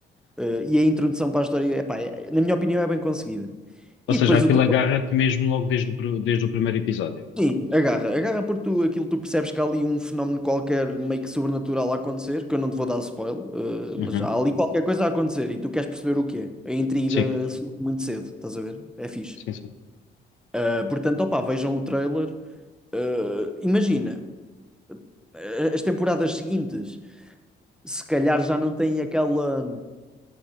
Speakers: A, in the centre; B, on the left (about 75°).
A: Uh, e a introdução para a história, epá, é, na minha opinião, é bem conseguida. E
B: Ou seja,
A: depois
B: aquilo
A: o, tra-
B: agarra-te mesmo logo desde o, pr- desde o primeiro episódio.
A: Sim, agarra, agarra porque tu, aquilo tu percebes que há ali um fenómeno qualquer meio que sobrenatural a acontecer, que eu não te vou dar spoiler, eh,
B: Uhum.
A: mas já há ali qualquer coisa a acontecer e tu queres perceber o que é. A intriga
B: Sim,
A: surge muito cedo, estás a ver? É fixe.
B: sim, sim.
A: Eh, portanto, opá, vejam o trailer. Eh, imagina, eh, as temporadas seguintes, se calhar já não têm aquela.